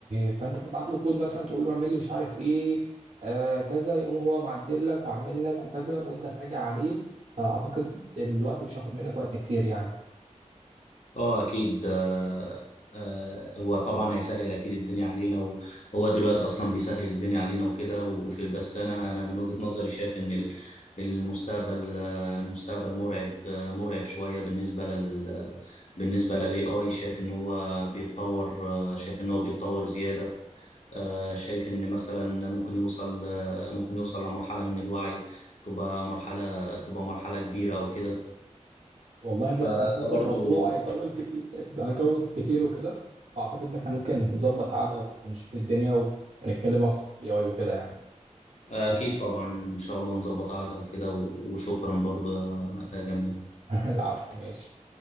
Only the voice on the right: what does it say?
فانت تبعت له كود مثلا تقول له اعمل لي مش عارف ايه آه كذا يقوم هو معدل لك وعامل لك وكذا وانت تراجع عليه فاعتقد الوقت مش هياخد منك وقت كتير يعني
والله بص
انا حاسس
إن الموضوع هيطول كتير هيطول كتير وكده فاعتقد ان احنا ممكن نظبط قعده ونشوف الدنيا و... ونتكلم اكتر في الاي اي وكده يعني
ف-
<laughs> العفو ماشي